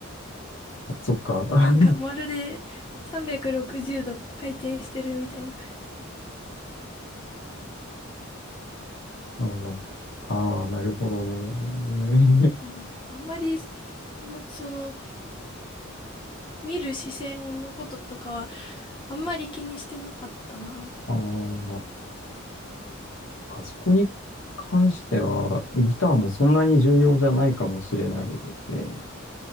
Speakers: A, on the left; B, on the left.
A: そっか。<laughs> あ
B: なんかまるで360度回転してるみたいな。
A: ーあー、なるほどね。
B: まあ、あんまり、むその、見る視線のこととかは、あんまり気にしてなかったな。
A: <laughs> ああ、かそこに関しては、ギターもそんなに重要じゃないかもしれないですね。